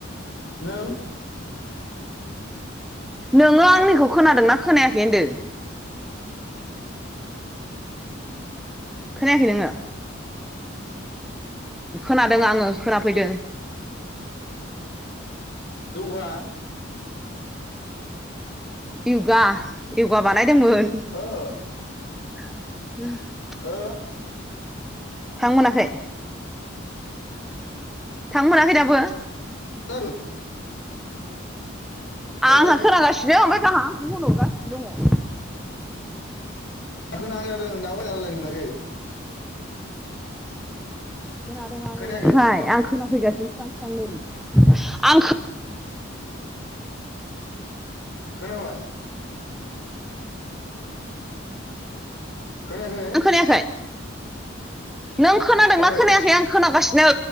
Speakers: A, on the left; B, in the centre.
A: नों
B: नोङो आंनिखौ खोनादोंना खोनायाखै होनदो? खोनायाखै नोङो? खोनादों आङो खोनाफैदों।
A: जौगा <inaudible>
B: इउगा इउगा बानायदोंमोन।
A: ओ।
B: <inaudible>
A: ओ।
B: हां मोनाखै? हां मोनाखै दाबो?
A: <inaudible>
B: आंहा
A: एस
B: खोनागासिनो ओमफाय गावहा गनर गासिनो दङ।
A: खोनथाबाय थादों दाबो मोजाङै रायलायनो मोनाखै
B: खोनादों आङो
A: खोनायाखै
B: ओमफ्राय आं खोनाफैगासिनो स्रां स्रांनो आं खो
A: खोनाबाय? खोनायाखै?
B: खोनादों खोनायाखै नों खोनादोंना
A: ओ
B: खोनायाखै आं खोनागासिनो।